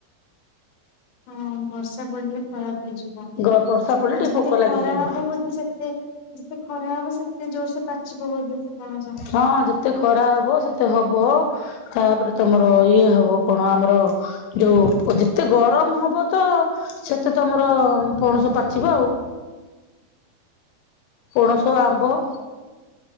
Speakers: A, on the left; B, on the left.
A: ହଁ ବର୍ଷା ପଡିଲେ ଖରାପ ହେଇଯିବ।
B: ଗ ବର୍ଷା ପଡିଲେ ଟିକେ
A: ଯେତେ
B: ପୋକ ଲାଗିଯିବ।
A: ଖରା ହବ ବୋଧ ସେତେ ଯେତେ ଖରା ହବ ସେ। ସେ ଜୋର ସେ ପାଚିବ ବୋଧ ସେ। ପଣସ
B: ହଁ ଯେତେ ଖରା ହବ ସେତେ ହବ ତାପରେ ତମର ଇଏ ହବ। ଓପ ହଁ ଆମର ଯୋଉ ଯେତେ ଗରମ ହବ ତ ସେତେ ତମର। ପଣସ ପାଚିବ ଆଉ ପଣସ ଆମ୍ବ।